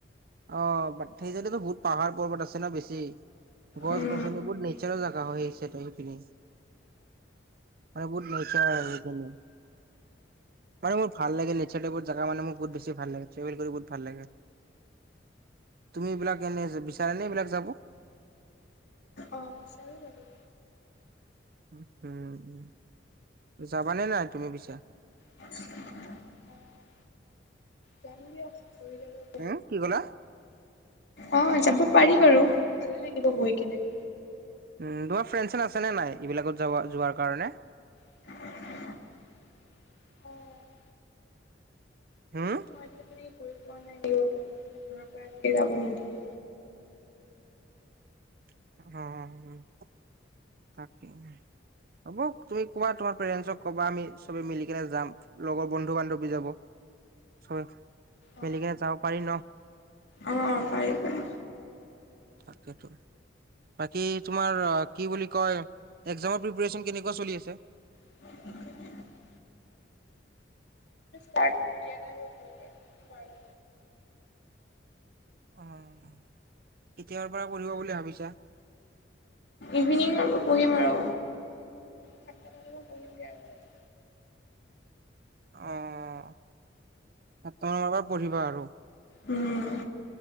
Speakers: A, on the right; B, on the left.
A: অ', বাত সেইচাইদেতো বহুত পাহাৰ পৰ্বত আছে ন বেছি। গছ
B: উম
A: গছনি, বহুত নেচাৰেল জেগা হয়, সেই চাইদে সেইপিনে। মানে বহুত <unintelligible> আৰু সেইখিনি। মানে মোৰ ভাল লাগে, নেচাৰ টাইপৰ জেগা মানে মোৰ বহুত বেছি ভাল লাগে, ট্ৰেভেল কৰি বহুত ভাল লাগে। তুমি এইবিলাক এনে যে বিচাৰা নে এইবিলাক যাব?
B: অ', বিচাৰো মানে।
A: উম, উম, যাবানে নাই তুমি পিছে।
B: অ', যাম দিয়া ৰবিবাৰে।
A: হে কি ক'লা?
B: অ', যাব পাৰি বাৰু ভালে লাগিব গৈ কিনে।
A: উম তোমাৰ ফ্ৰেণ্ড চেন আছে নে নাই এইবিলাকত যাব যোৱাৰ কাৰণে।
B: অ'।
A: হুম
B: মইনে গৈ পোৱা নাই লাগিব ঘৰৰ পৰা এনেকে যাব নিদিয়ে।
A: অ', অ', তাকেই হ'ব তুমি কবা তোমাৰ পেৰেণ্টছ কবা আমি চবে মিলি কেনে যাম। লগৰ বন্ধু বান্ধৱী যাব চব
B: অ অ
A: মিলিকেনে যাব পাৰিম ন।
B: অ', পাৰি, পাৰি।
A: তাকেইতো। বাকী তোমাৰ কি বুলি কয় এক্সামৰ প্ৰিপেৰে্চন কেনেকুৱা চলি আছে।
B: <unintelligible> দিয়া নাই ভালকে তোমাৰো।
A: অ', কেতিয়াৰ পৰা পঢ়িব বুলি ভাবিছা।
B: ইভিনিংৰ পৰা পঢ়িম আৰু। সাতটা মানৰ পৰা পঢ়িমগে আৰু ৰাতি
A: অ', সাতা মানৰ পৰা পঢ়িবা আৰু।
B: উম।